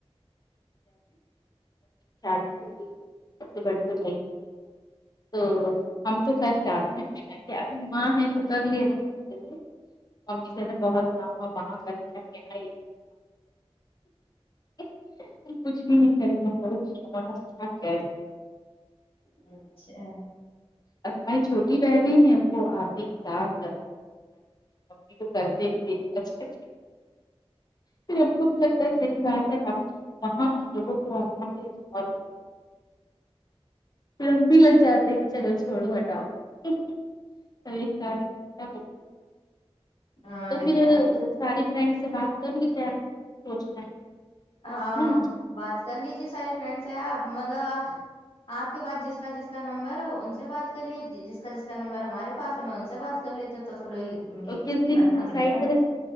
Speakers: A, on the left; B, on the left.
A: شادی سب سے بڑی تو تو ہم تو سید چاہتے ہم نے میں کیا ابھی ماں ہے تو کر لے رہی ہیں م بہت کام وہاں کر کے گے کچھ بھی نہیں کریں گے
B: اچھا
A: ا ہماری چھوٹی بہنیں ہیں وہ آپ ہی ساتھ ممی تو کرتے ہی تھے اچھا پھر ہم کو بھی لگتا ہے صحیح بات ہے ہم وہاں ان لوگوں کو آرام دتے اور پھر بھی لگ جاتے کہ چلو چھوڑو ہٹاؤ ایک س
B: اور
A: تو پھر
B: کیا
A: ساری فرینڈ سے بات کر لی جائے سوچنا ہے
B: ہاں
A: نا
B: بات کر لیجے ساری فرینڈ سے آپ مطلب آپ کے پاس جس کا جس کا نمبر ہو ان سے بات کر لیے جی جس کا جس کا نمبر ہمارے پاس ہے میں ان سے بات کر لیتی ہوں تو سب لوگ ی عم
A: اور
B: ایگ
A: کس دن
B: اکٹھا
A: ڈسائڈ
B: ملتے
A: کرے
B: ہیں